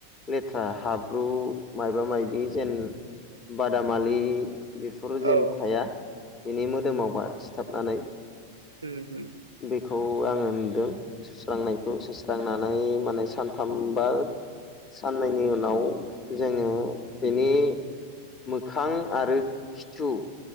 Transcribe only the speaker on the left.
लेथ्रा हाब्रु मायबा मायाबि जेन बादामालि बेफोर जेन
थाया बेनि मोदोमाव बा सिथाबनानै
बेखौ आङो नुदों। सुस्रांनायखौ सुस्रांनानै माने सानथामबा साननैनि उनाव जोङो बेनि मोखां आरो खिथु